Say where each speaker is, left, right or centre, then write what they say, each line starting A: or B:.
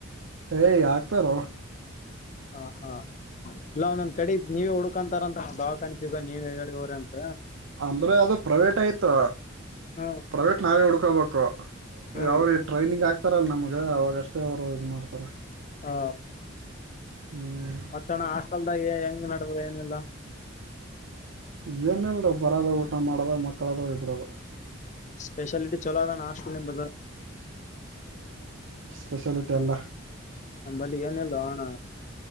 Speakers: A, on the right (about 70°); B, on the left (about 35°).
A: ಎ ಆಗ್ತಾರ
B: ಹ ಹಾ ಇಲ್ಲ ಒಂದೊಂದ್ ಕಡೆ ನೀವೇ ಹುಡ್ಕೊಂತಾರಂತ ಭಾವ ಕಾಣ್ತ ಈಗ ನೀವೇ ಹೇಳಿ ಹೋರ ಅಂತ
A: ಅಂದ್ರೆ ಅದು ಪ್ರೈವೇಟ್ ಆಯ್ತು
B: ಹ್ಮ್
A: ಪ್ರೈವೇಟ್ ನಾವೇ ಹುಡ್ಕೋಬೇಕು
B: ಹ್ಮ್
A: ಅವರು ಟ್ರೈನಿಂಗ್ ಆಗ್ತಾರಲ್ಲ ನಮ್ಗೆ ಅವವಾಗಷ್ಟೇ ಅವ್ರು ಇದು ಮಾಡ್ತಾರ
B: ಹ
A: ಹ್ಮ್
B: ಮತ್ತಣ ಹಾಸ್ಟೆಲ್ದಾಗ ಹೆಂಗ್ ನಡದ ಏನಿಲ್ಲ
A: ಜವನ್ಲ್ರೂ ಬರದ ಊಟ ಮಾಡದ ಮಕ್ಕಳದ ವಿಪರದ
B: ಸ್ಪೆಷಾಲಿಟಿ ಚೊಲೋಾದಾನ ಹಾಸ್ಟಲ್ ಎಂಬುದು
A: ತಕ್ಷೇಣ ತಲ್ಲ
B: ನಂಬಲಿ ಏನೆಲ್ಲಣ